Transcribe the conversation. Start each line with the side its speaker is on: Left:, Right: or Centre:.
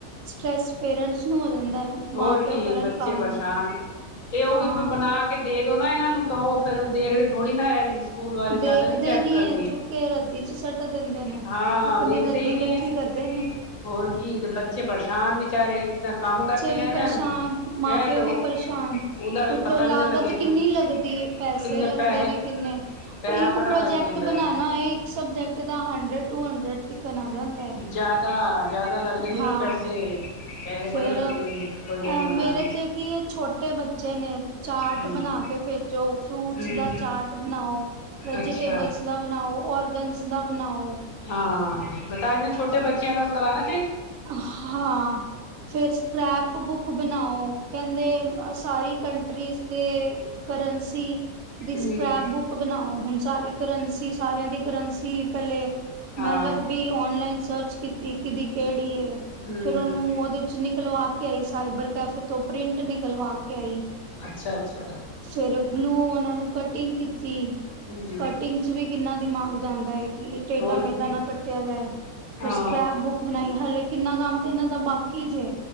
Right: ਸਟਰ੍ਰੈਸ ਪੇਰੈਂਟਸ ਨੂੰ ਹੋ ਜਾਂਦਾ। ਹੈ
Left: ਹੋਰ
Right: ਮਾਂ ਪਿਓ
Left: ਕੀ
Right: ਕਰਨ
Left: ਬੱਚੇ
Right: ਕੰਮ
Left: ਪਰੇਸ਼ਾਨ ਤੇ ਉਹ
Right: ਹਾਂ
Left: ਵੀ ਫਿਰ ਬਣਾ ਕੇ ਦੇ ਦੋ ਨਾ ਇਹਨਾਂ ਨੂੰ। ਤਾਂ ਉਹ ਫਿਰ ਦੇਖਦੇ ਥੋੜੀ ਨਾ ਇੰਝ। ਸਕੂਲ ਵਾਲੇ
Right: ਦੇਖਦੇ
Left: ਜ਼ਿਆਦਾ ਨੀ ਚੈੱਕ ਕਰਦੇ
Right: ਏ ਚੁੱਕ ਕੇ ਰੱਦੀ ਚ ਸੱਟ ਦਿੰਦੇ ਨੇ।
Left: ਹਾਂ
Right: ਆਪਣੀ
Left: ਵੇਖਦੇ
Right: ਰੱਦੀ
Left: ਹੀ
Right: ਇਕੱਠੀ
Left: ਨਹੀਂ ਹੈ
Right: ਕਰਦੇ ਨੇ
Left: ਹੋਰ ਕੀ ਤੇ ਬੱਚੇ ਪਰੇਸ਼ਾਨ ਵਿਚਾਰੇ ਇਤਨਾ ਕੰਮ ਕਰਕੇ।
Right: ਬੱਚੇ
Left: ਲੈ
Right: ਵੀ
Left: ਜਾਣ
Right: ਪਰੇਸ਼ਾਨ ਮਾਂ
Left: ਹੈਂ
Right: ਪਿਓ
Left: ਤੇ
Right: ਵੀ ਪਰੇਸ਼ਾਨ
Left: ਉਹਦਾ ਫਿਰ
Right: ਉਤੋਂ
Left: ਪਤਾ
Right: ਲਾਗਤ
Left: ਵੀ ਨਾ ਲੱਗੇ ਕੋਈ
Right: ਕਿੰਨੀ ਲੱਗਦੀ ਪੈਸੇ
Left: ਕਿੰਨੇ
Right: ਲੱਗਦੇ
Left: ਪੈਸੇ
Right: ਨੇ ਕਿੰਨੇ।
Left: ਪੈਹਾ
Right: ਇੱਕ
Left: ਬੜਾ
Right: ਪ੍ਰੋਜੈਕਟ
Left: ਖਰਚ ਹੁੰਦਾ
Right: ਬਣਾਣਾ ਹੈ ਇੱਕ ਸਬਜੈਕਟ ਦਾ ਹੰਡਰਡ ਟੂ ਹੰਡਰਡ ਤੱਕ ਆ ਜਾਂਦਾ ਹੈ
Left: ਜ਼ਿਆਦਾ ਜ਼ਿਆਦਾ ਲੱਗ ਜਾਂਦੇ
Right: ਹਾਂ
Left: ਨੇ ਪੈਸੇ ਪੈਸੇ
Right: ਫਿਰ।
Left: ਬੜੇ ਲੱਗਦੇ
Right: ਅ
Left: ਨੇ ਪ੍ਰੋਜੈਕਟ ਬਣਾਉਣ
Right: ਮੇਰੇ
Left: ਵਿੱਚ
Right: ਤੇ ਕੀ ਇਹ ਛੋਟੇ ਬੱਚੇ ਨੇ ਚਾਟ
Left: ਹਮ
Right: ਬਣਾ ਕੇ ਭੇਜੋ ਫਰੂਟਸ
Left: ਹਮ
Right: ਦਾ ਚਾਰਟ ਬਣਾਓ ਵੈਜੀਟੇਬਲਸ
Left: ਅੱਛਾ
Right: ਦਾ ਬਣਾਓ ਓਰਗਨਸ ਦਾ ਬਣਾਓ
Left: ਹਾਂ ਬਤਾਏ ਨੇ ਛੋਟੇ <unintelligible> ਬੱਚਿਆਂ ਨੇ ਕੋ ਕਰਾਨਾ
Right: ਹਾਂ ਫੇਿਰ ਸਕ੍ਰੈਪ ਬੁੱਕ ਬਣਾਓ ਕਹਿੰਦੇ ਸਾਰੀ ਕੰਟਰੀਜ਼ ਦੇ ਕਰੰਸੀ ਦੀ ਸਕ੍ਰੈਪ
Left: ਹਮ
Right: ਬੁੱਕ ਬਣਾਓ ਹੁਣ ਸਾਰੇ ਕਰੰਸੀ ਸਾਰਿਆਂ ਦੀ ਕਰੰਸੀ ਪਹਿਲੇ
Left: ਹਾਂ
Right: ਮੈਂਲੱਭੀ ਔਨਲਾਈਨ ਸਰਚ ਕੀਤੀ ਕਿਦੀ ਕਿਹੜੀਏ
Left: ਹਮ
Right: ਫੇਰ ਉਹਨੂੰ ਉਹਦੇ ਚ ਨਿਕਲਵਾ ਕੇ ਕੇ ਆਈ ਸਾਈਬਰ ਕੈਫੇ ਤੋਂ ਪ੍ਰਿੰਟ ਨਿਕਲਵਾ ਕੇ ਆਈ।
Left: ਅੱਛਾ -ਅੱਛਾ
Right: ਫੇਰ ਗਲੂ ਉਹਨਾਂ ਨੂੰ ਕਟਿੰਗ ਕੀਤੀ
Left: ਹਮ
Right: ਕਟਿੰਗ ਚ' ਵੀ ਕਿੰਨਾ ਦਿਮਾਗ ਜਾਂਦਾ ਹੈ। ਕਿ ਟੇਡਾ
Left: ਹੋਰ
Right: ਮੇਦਾ
Left: ਕੀ
Right: ਨਾ ਕੱਟਿਆ ਜਾਏ ਫਿਰ
Left: ਹਾਂ
Right: ਸਕ੍ਰੈਪ ਬੁੱਕ ਹਲੇ ਕਿੰਨਾ ਕੰਮ ਤੇ ਇਹਨਾਂ ਦਾ ਬਾਕੀ ਜੇ